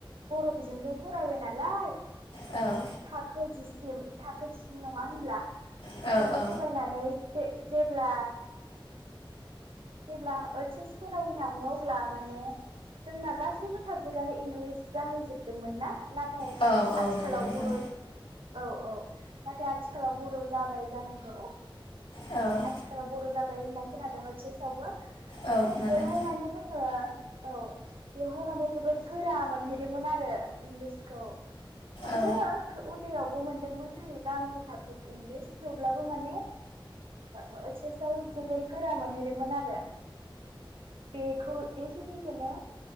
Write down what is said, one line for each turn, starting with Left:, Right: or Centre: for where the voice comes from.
Right: बर' बिजोंजों फरायबाय नालाय
Left: औ
Right: थाखो जिसिम थाखो जिसिम नङा होनब्ला
Left: औ
Right: मफ्राय
Left: औ
Right: फरायनाय नै सेपला जेब्ला ओ एस फरायनो थाङो अब्ला माने जोंना गासैबो साबजेक्टआनो इंलिस जाहैजोबदोंमोननाा नाथाय
Left: औ औ
Right: आथिखालाव
Left: नंगौ नोंथां
Right: बर' औ औ नाथाय आथिखालाव बर' जाबाय जानांगौ
Left: औ
Right: आथिखालाव बर' जाबाय होननाय खोनादों ह चसवबो ओमफ्राय
Left: औ खोनादों
Right: बेवहाय माने जोङो औ बेवहाय माने जोबोर गोरा मोनहैदोंमोन आरो इंलिसखौ मोनो
Left: औ
Right: उन्दैयावबो मोनदोंमोन जोङो गांसे साबजेक्ट इंलिस थेवब्लाबो माने तच एसव जोबोर गोरा मोनहैदोंमोन आरो बेखौ बेखेनिखोनो